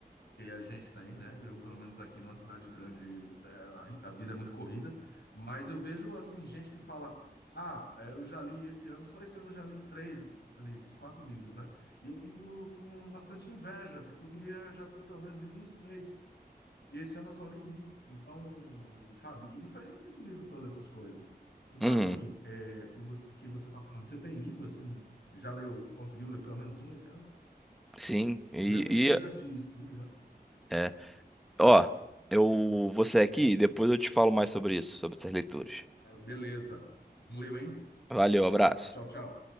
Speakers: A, on the left; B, in the centre.
A: que a gente tem, né? Eu, pelo menos aqui numa cidade grande, é, a, ri- a vida é muito corrida, mas eu vejo, assim, gente que fala: Ah, é, eu já li esse ano, só esse ano eu já li três livros, quatro livros, né? E eu fico com bastante inveja, porque eu queria já ter pelo menos lido uns três. E esse ano eu só li um. Então, sabe, e não foi nem esse livro todas essas coisas. Então,
B: uhum.
A: assim, é, que você, que você tá falando, você tem lido, assim, já leu, conseguiu ler pelo menos um esse ano?
B: Sim, e,
A: Mesmo que seja de estudo, né?
B: É. Ó, eu vou sair aqui e depois eu te falo mais sobre isso, sobre essas leituras.
A: Ah, Beleza. Valeu, hein?
B: Valeu, abraço.
A: Tchau, tchau.